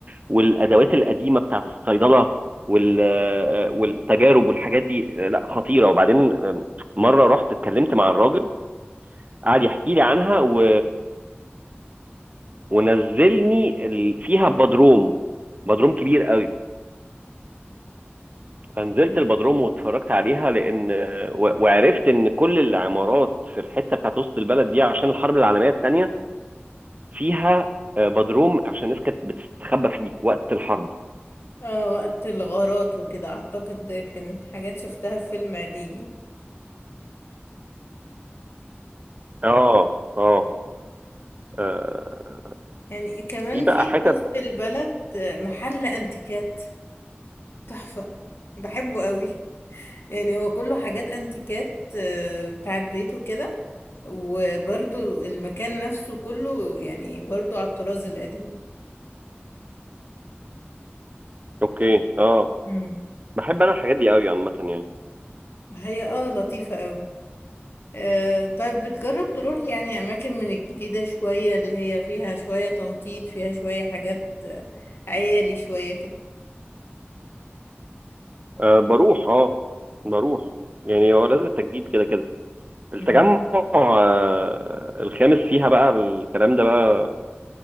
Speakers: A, on the right (about 35°); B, on the left (about 70°).
A: والادوات القديمه بتاعت الصيدله وال... آه، والتجارب والحاجات دي آه، لا خطيره وبعدين آه، مره رحت اتكلمت مع الراجل قعد يحكي لي عنها و... ونزلني ال... فيها بدروم بدروم كبير قوي فنزلت
B: مم.
A: البدروم واتفرجت عليها لان آه، و... وعرفت ان كل العمارات في الحته بتاعت وسط البلد دي عشان الحرب العالميه الثانيه فيها آه، بدروم عشان الناس كانت بتستخبى فيه وقت الحرب
B: اه وقت الغارات وكده أعتقد ده كان حاجات شفتها في فيلم قديم يعني
A: اه اه
B: مم.
A: آه،
B: يعني كمان
A: في بقى
B: في
A: حتت
B: في وسط البلد آه، محل أنتيكات تحفة بحبه أوي يعني هو كله حاجات انتيكات آه، بتاعت بيته كده وبرضو المكان نفسه كله يعني برضو على الطراز القديم
A: اوكي اه
B: مم.
A: بحب انا الحاجات دي قوي عامه يعني
B: هي اه لطيفة قوي آه طيب بتجرب تروح يعني أماكن من الجديدة شوية اللي هي فيها شوية تنطيط فيها شوية حاجات آه، عيالي شوية كده
A: آه بروح اه بروح يعني هو لازم التجديد كده كده التجمع
B: مم.
A: آه الخامس فيها بقى الكلام ده بقى